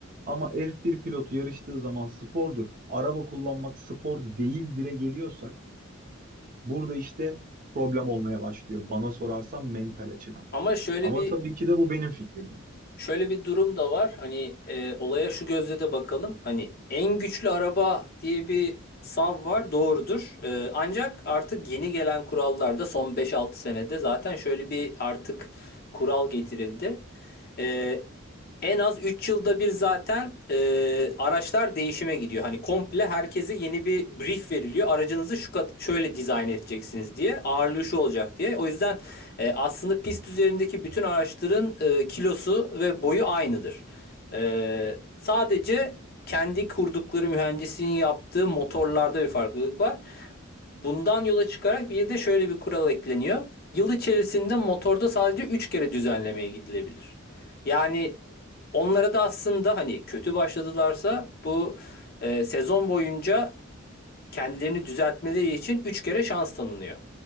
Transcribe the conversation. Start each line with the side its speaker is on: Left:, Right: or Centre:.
Right: Ama F1 pilotu yarıştığı zaman spordur. Araba kullanmak spor değil dire geliyorsak burada işte problem olmaya başlıyor. Bana sorarsan mental açıdan.
Left: Ama şöyle
Right: Ama
Left: bir
Right: tabii ki de bu benim fikrim yani.
Left: Şöyle bir durum da var. Hani e, olaya şu gözle de bakalım. Hani en güçlü araba diye bir sav var. Doğrudur. E, ancak artık yeni gelen kurallarda son beş altı senede zaten şöyle bir artık kural getirildi. E, en az 3 yılda bir zaten e, araçlar değişime gidiyor. Hani komple herkese yeni bir brief veriliyor. Aracınızı şu kad- şöyle dizayn edeceksiniz diye, ağırlığı şu olacak diye. O yüzden e, aslında pist üzerindeki bütün araçların e, kilosu ve boyu aynıdır. E, sadece kendi kurdukları mühendisliğin yaptığı motorlarda bir farklılık var. Bundan yola çıkarak bir de şöyle bir kural ekleniyor. Yıl içerisinde motorda sadece 3 kere düzenlemeye gidilebilir. Yani onlara da aslında hani kötü başladılarsa bu e, sezon boyunca kendilerini düzeltmeleri için 3 kere şans tanınıyor.